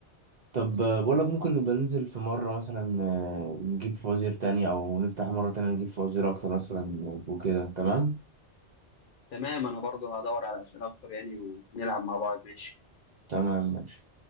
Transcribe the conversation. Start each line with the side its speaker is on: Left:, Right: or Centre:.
Right: طب آه، بقول لك ممكن نبقى ننزل في مرة مثلا آه، نجيب فوازير تانية أو نفتح مرة تانية نجيب فوازير أكتر مثلا وكده تمام
Left: تمام أنا برضه هدور على أسئلة أكتر يعني ونلعب مع بعض ماشي
Right: تمام ماشي